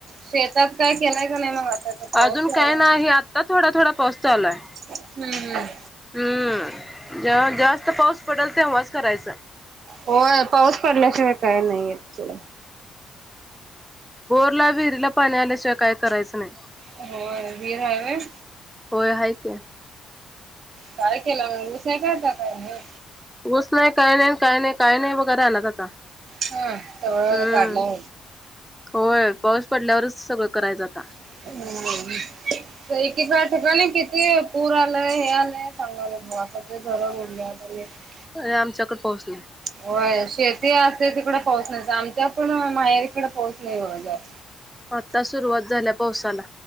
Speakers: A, on the right; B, in the centre.
A: शेतात काय केलाय कणी मग आता. तर पाऊस
B: अजून
A: लागलाय.
B: काय नाही. आत्ता थोडा थोडा पाऊस चालूय.
A: हम्म हम्म.
B: हम्म जेव्हा जास्तं पाऊस पडेल तेव्हाच करायचं.
A: होय पाऊस पडल्याशिवाय काय नाही येत सोडा.
B: आपल्या विहिरीला पाणी आल्याशिवाय काय करायचं नाही.
A: होय व्हिर हाय व्हयं.
B: होय हाय की
A: काय केला मग, ऊस हाय काय आता हे.
B: ऊस नाही काय नाही काय नाही, काय नाही बघा रानात आता.
A: हा तेवढ
B: हम्म.
A: वर काढला.
B: होय पाऊस पडल्यावरच सगळं करायच आता.
A: हं. एकीका ठिकाणी किती पूर आलंय हे आलंय सांगाले बघा. <unintelligible>
B: होय आमच्याकडं पाऊस नाय.
A: व्हय शेती असते तिकडे पाऊस नसते, आमच्या पण माहेरीकडे पाऊस नाही व जास्त.
B: आता सुरुवात झाल्या पावसाला.